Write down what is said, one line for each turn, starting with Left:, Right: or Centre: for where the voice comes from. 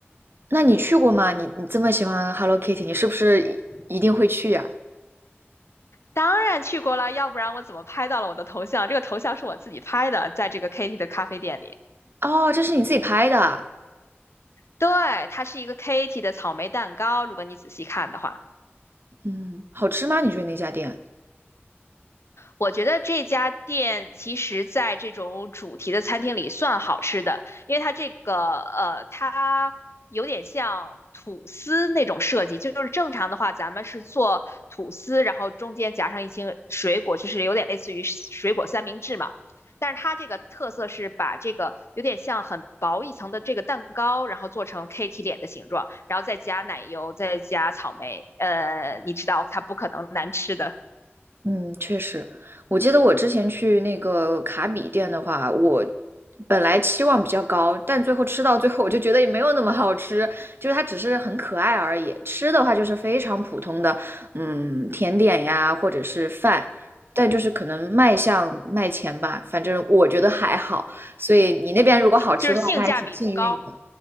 Right: 那你去过吗？你你这么喜欢 Hello Kitty，你是不是一一定会去呀？
Left: 当然去过了，要不然我怎么拍到了我的头像？这个头像是我自己拍的，在这个 Katy 的咖啡店里。
Right: 哦，这是你自己拍的啊
Left: 对，它是一个 Katy 的草莓蛋糕，如果你仔细看的话。
Right: 嗯，好吃吗？你觉得那家店？
Left: 我觉得这家店其实在这种主题的餐厅里算好吃的，因为它这个呃，它有点像吐司那种设计，就是正常的话，咱们是做吐司，然后中间夹上一些水果，就是有点类似于水果三明治嘛。但是它这个特色是把这个有点像很薄一层的这个蛋糕，然后做成 k t 脸的形状，然后再加奶油，再加草莓，呃，你知道它不可能难吃的，
Right: 嗯，确实，我记得我之前去那个卡比店的话，我本来期望比较高，但最后吃到最后，我就觉得也没有那么好吃，就是它只是很可爱而已。吃的话就是非常普通的，嗯，甜点呀，或者是饭，但就是可能卖相卖钱吧，反正我觉得还好。所以你那边如果好吃的话，
Left: 就是性价比不高。
Right: 那还挺幸运的。